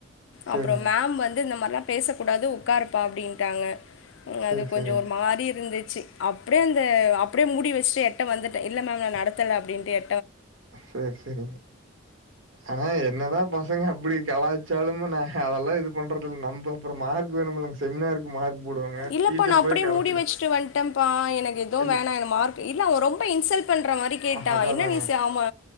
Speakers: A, on the right; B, on the left.
A: சரிங்க.
B: அப்புறோ மேம் வந் து இந்த மார்லா பேசகூடாது உக்காருப்பா அப்டின்ட்டாங்க அ
A: சரி,
B: அது கொஞ்சோ
A: சரிங்க.
B: ஒரு மாரி இருந்துச் ச்சு அப்டே அந்த அப்புடே மூடி வெச்சுட்டு எட்ட வந்துட்ட இல்ல மேம் நா நடத்தல அப்புடின்டு எ
A: சேர் சேரிங்க ஆனா என்னதா பசங்க அப்புடி கலாச்சாலும்மு நா ஆ அதெல்லா இது பண்றதுல் நம்ப அப்பறம் மார்க் வேணும்லங் செமினார்க் மார்க் போடுவாங்க.
B: இல்லப்பா
A: டீச்சர்
B: நா அப்புடே
A: போய் கடைசில
B: மூடி வெச்சுட்டு வந்ட்டன்ப்பா எனக்கு எதும்
A: இல்ல
B: வேணா என மார்க் இல்ல அவன் ரொம்ப இன்சல்ட் பண்ற மாரி கேட்டா
A: அ அது
B: என்ன
A: அதாங்க.
B: நீ ஸ் அம